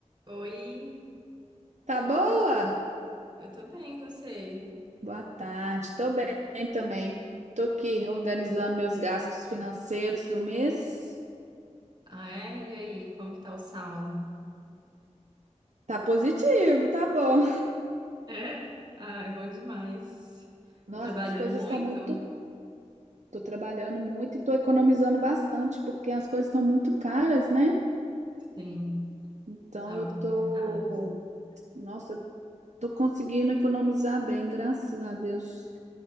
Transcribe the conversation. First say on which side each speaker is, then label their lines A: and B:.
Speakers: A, on the right; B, on the right.
A: Oi,
B: Tá boa?
A: eu tô bem, e você?
B: Boa tarde. Tô bem também. Tô aqui organizando meus gastos financeiros do mês.
A: Ah, é? E aí, como que tá o saldo?
B: Tá positivo, tá bom.
A: É? Ai, bom demais.
B: Nossa,
A: Tá trabalhando
B: as coisas
A: muito?
B: estão muito. Tô trabalhando muito e tô economizando bastante, porque as coisas estão muito caras, né?
A: Sim,
B: Então
A: então,
B: eu
A: estão
B: tô.
A: muito caras.
B: Nossa, eu tô conseguindo economizar bem, graças a Deus.